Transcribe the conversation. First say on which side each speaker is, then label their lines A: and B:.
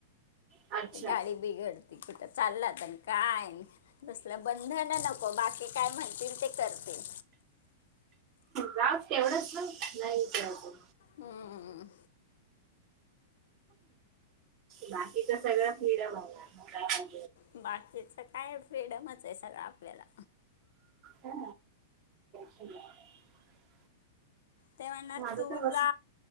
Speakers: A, on the right; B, on the left.
A: अच्छा
B: गाडी बिघडती कुठ चाललात काय तसलं बंधन नको बाकी काय म्हणतील ते करतील
A: जाऊ एवढंच नाहीचत
B: हम्मम
A: बाकीच सगळंच फ्रिडम आहे
B: बाकीच काय फ्रीडमच ते सगळं आपल्याला
A: हा. <inaudible>
B: ते म्हणणार
A: माझं
B: तुला
A: तर बस